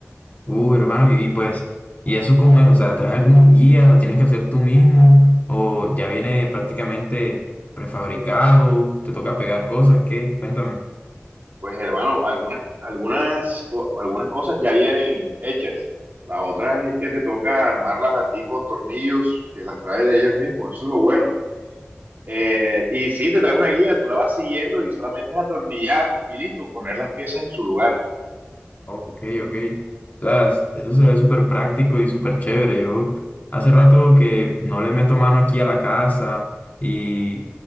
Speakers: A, on the left (about 40°); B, on the right (about 45°).
A: Uh, hermano, y, y pues, ¿y eso cómo es? O sea, ¿traes alguna guía? ¿Lo tienes que hacer tú mismo? ¿O ya viene prácticamente prefabricado? ¿Te toca pegar cosas? ¿Qué? Cuéntame.
B: Pues, hermano, algunas, algunas, co- algunas cosas ya vienen hechas. Las otras es que te toca armarlas a ti con tornillos que las trae de ellos mismos. Eso es lo bueno. Eh, y sí, te trae una guía, tú la vas siguiendo y solamente es atornillar y listo, poner las piezas en su lugar.
A: Ok, ok. O sea, es- eso se ve súper práctico y súper chévere. Yo hace rato que no le meto mano aquí a la casa y